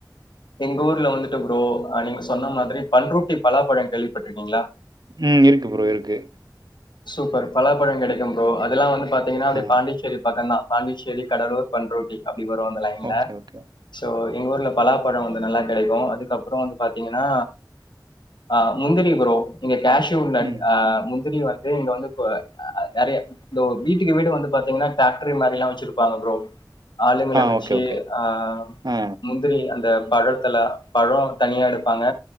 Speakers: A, on the left; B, on the right.
A: எங்க ஊர்ல வந்துட்டு ப்ரோ அ நீங்க சொன்ன மாதிரி பண்ருட்டி பலாப்பழ கேள்விப்பட்ருக்கீங்ளா?
B: ம் இருக்கு ப்ரோ இருக்கு
A: சூப்பர் பலாப்பழங் கெடைக்கும் ப்ரோ அதெல்லா வந்து பாத்தீங்கனா அப்டே
B: ஆ.
A: பாண்டிச்சேரி பக்கந்தா பாண்டிச்சேரி கடலூர் பண்ருட்டி அ ப்டி வரு அந்த லைன்ல
B: ஓகே, ஓகே.
A: சோ எங்க ஊர்ல பலாப்பழ வந்து நல்லா கெடைக்கு அதுக்கப்றொ வந்து பாத்தீங்கனா அ முந்திரி ப்ரோ இங்க கேஷுநட்
B: ம்.
A: ஆ முந்திரி வ ந்து இங்க வந்து இப்ப அ நெறைய இந்த வீட்டுக்கு வீடு வந்து பாத்தீங்னா டேக்ட்ரி மாரில்லா வச்சிருப்பாங்க ப்ரோ ஆளுங்கள
B: ஆ
A: வச்சி
B: ஓகே, ஓகே.
A: ஆ
B: ஆ.
A: முந்திரி அந்த பழத்தெலா பழோ தனியா எடுப்பாங்க